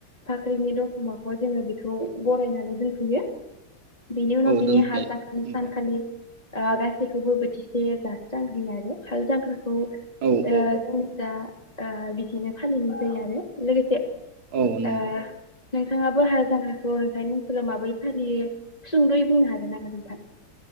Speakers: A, on the left; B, on the right.
A: बाख्रिनि दरखं मोखाङाव जोङो बेखौ बरायनानै दोनफैयो बिनि उनाव
B: औ
A: बिनि
B: दोनफैयो
A: हाल जांख्रानि
B: नंगौ
A: सानखालि ओ गासैखौबो बोथिसे जास्रांहोयो आरो हाल जांख्रा खौ
B: औ
A: ओ
B: औ
A: जोंनिजा बिदिनो फालिनाय जायो आरो लोगोसे
B: औ नंगौ।
A: ओ नोंथाङाबो हाल जांख्रा खौ नोंथांनि ओनसोलाव माबोरै फालियो? सुंद'यै बुंनो हागोन नामा नों?